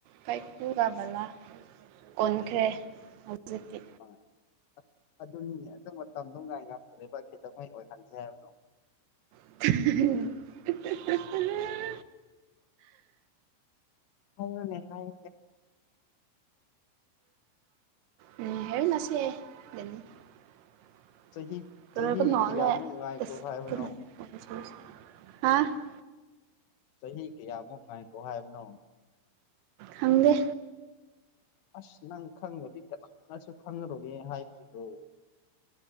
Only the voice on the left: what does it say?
ꯑꯥ ꯑ ꯑꯗꯨꯅꯤꯅꯦ ꯑꯗꯨ ꯃꯇꯝꯗꯣ ꯉꯥꯏ ꯉꯝꯗ꯭ꯔꯦꯕ ꯀꯩꯗꯧꯉꯩ ꯑꯣꯏꯍꯟꯁꯦ ꯍꯥꯏꯕꯅꯣ
ꯍꯥꯏꯌꯨꯅꯦ ꯍꯥꯏꯌꯨꯅꯦ
ꯆꯍꯤ ꯆꯍꯤ ꯀꯌꯥꯃꯨꯛ ꯉꯥꯏꯈꯣ ꯍꯥꯏꯕꯅꯣ ꯆꯍꯤ ꯀꯌꯥꯃꯨꯛ ꯉꯥꯏꯀꯣ ꯍꯥꯏꯕꯅꯣ
ꯑꯁ ꯅꯪ ꯈꯪꯗꯔꯥꯗꯤ ꯀꯅꯥꯅꯁꯨ ꯈꯪꯉꯔꯣꯢꯌꯦ ꯍꯥꯏꯕꯤꯈ꯭ꯔꯣ